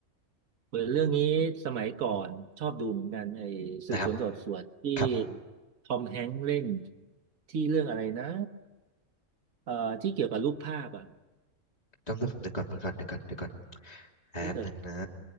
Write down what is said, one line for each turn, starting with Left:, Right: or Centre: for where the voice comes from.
Right: เหมือนเรื่องนี้สมัยก่อนชอบดูเหมือนกันไอ้สืบสวนสอบสวนที่
Left: นะครับครับ
Right: ทอมแฮงค์เล่นที่เรื่องอะไรนะเอ่อที่เกี่ยวกับรูปภาพอ่ะ
Left: จำได้ผมเดี๋ยวก่อนเดี๋ยวก่อนเดี๋ยวก่อนเดี๋ยวก่อนแป๊บหนึ่งนะ
Right: ที่แบบ